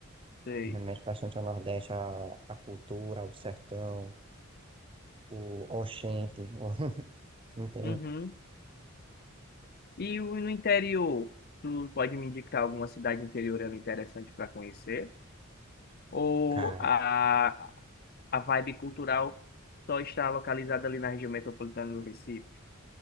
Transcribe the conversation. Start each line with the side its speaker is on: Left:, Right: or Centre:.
Left: sei.
Right: remete bastante ao Nordeste, a, a cultura, o sertão, o Oxente, <laughs> não tem,
Left: Uhum. E o- no interior, tu pode me indicar alguma cidade interiorana interessante para conhecer? Ou
Right: cara,
Left: a, a vibe cultural só está localizada ali na região metropolitana do Recife?